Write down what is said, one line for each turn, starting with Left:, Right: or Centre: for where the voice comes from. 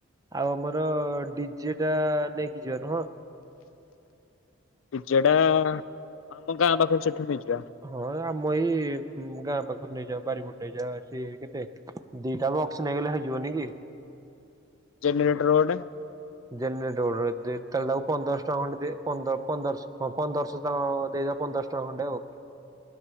Right: ଆଉ ଆମର ଡିଜେ ଟା ନେଇକି ଯିବା ନୁହଁ?
Left: ଡିଯେ ଟା ଆମ ଗାଁ ପାଖରେ ସେଠୁ ନେଇଯିବା।
Right: ହଁ ଆମ ଏଇ ଗାଁ ପାଖରୁ ନେଇଯାଅ ବାରିପୋଟ ନେଇଯାଅ ଆସି କେତେ। ଦିଟା ବକ୍ସ ନେଇଗଲେ ହେଇଯିବନି କି?
Left: ଜେନରେଟର ଗୋଟେ।
Right: ଜନେରେଟର ଗୋଟେ ଦେ ତାକୁ ପନ୍ଦରଶ ଟଙ୍କା ଖଣ୍ଡେ ଦେ ପନ୍ଦର ପନ୍ଦର ହଁ ପନ୍ଦରଶହ ଟଙ୍କ ଦେଇଦ ପନ୍ଦର ଶ ଖଣ୍ଡେ ଆଉ।